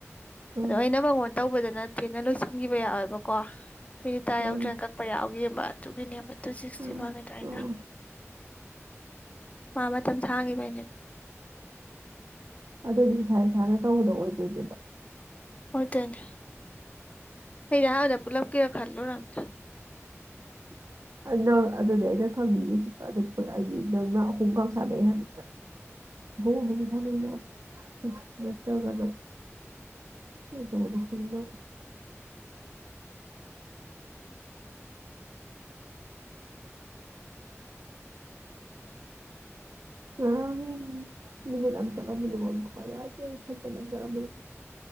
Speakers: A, on the right; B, on the left.
A: ꯎꯝ
B: ꯑꯗꯣ ꯑꯩꯅ ꯃꯉꯣꯟ ꯇꯧꯕꯗꯅ ꯇꯦꯟꯅ ꯂꯣꯏꯁꯤꯟꯈꯤꯕ ꯌꯥꯎꯋꯦꯕꯀꯣ ꯃꯤꯅꯤꯠ ꯇꯔꯥ
A: ꯎꯝ
B: ꯌꯥꯎꯗ꯭ꯔꯤꯉꯩ ꯀꯛꯄ ꯌꯥꯎꯒꯤꯕ ꯑꯗꯨꯒꯤꯅꯦꯕ ꯇꯨ ꯁꯤꯛꯁꯇꯤ
A: ꯎꯝ
B: ꯐꯪꯉꯤꯗꯣ ꯑꯩꯅ
A: ꯎꯝ
B: ꯃꯥ ꯃꯇꯝ ꯁꯥꯡꯈꯤꯕꯩꯅꯦ
A: ꯑꯗꯨꯗꯤ ꯏꯁꯥ ꯏꯁꯥꯅ ꯇꯧꯕꯗꯣ ꯑꯣꯏꯗꯣꯏꯅꯦꯕ
B: ꯑꯣꯏꯗꯨꯅꯦ ꯑꯩꯗꯤ ꯑꯍꯥꯟꯕꯗ ꯄꯨꯂꯞ ꯀꯤꯔ ꯈꯜꯂꯨꯔꯝꯃꯦ
A: <inaudible> ꯑꯩ ꯅꯪ ꯑꯗꯨꯅꯤ ꯑꯩꯅ ꯈꯪꯅꯤꯡꯉꯤꯁꯤ ꯑꯗꯨ ꯄꯨꯂ ꯑꯩꯅꯤ ꯅꯪꯅ ꯑꯍꯨꯝꯈꯛ ꯁꯥꯟꯅꯩ ꯍꯥꯏꯕꯗꯨꯗ ꯑꯍꯨꯝ ꯑꯍꯨꯝ ꯁꯥꯟꯅꯩꯅꯦ ꯎꯝ ꯅꯠꯇ꯭ꯔꯒꯅ ꯑꯩ ꯇꯧꯕꯗꯣ ꯈꯪꯅꯕ ꯉꯔꯥꯡꯒꯤ ꯃꯤꯅꯤꯠ ꯑꯃ ꯆꯠꯂꯝꯕꯗꯨꯐꯥꯎ ꯑꯩ ꯊꯋꯥꯏ ꯅꯨꯡꯉꯥꯏꯇꯦ ꯁꯦꯀꯦꯟ ꯑꯃ ꯆꯠꯂꯝꯕꯗꯨ